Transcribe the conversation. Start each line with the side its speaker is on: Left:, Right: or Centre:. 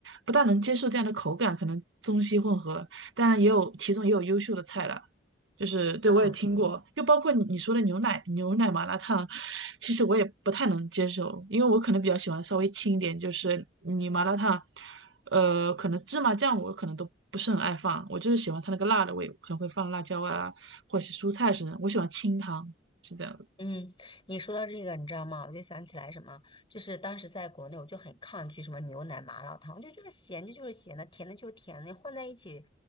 Right: 不大能接受这样的口感，可能中西混合。当然，也有其中也有优秀的菜了，就是对我也听过，
Left: 嗯
Right: 就包括你你说的牛奶牛奶麻辣烫，其实我也不太能接受，因为我可能比较喜欢稍微轻一点，就是你麻辣烫，呃，可能芝麻酱我可能都不是很爱放，我就是喜欢它那个辣的味，可能会放辣椒啊，或者是蔬菜什么的，我喜欢清汤，是这样的。
Left: 嗯，你说到这个，你知道吗？我就想起来什么，就是当时在国内，我就很抗拒什么牛奶麻辣烫，我就觉得咸的就是咸的，甜的就是甜的，混在一起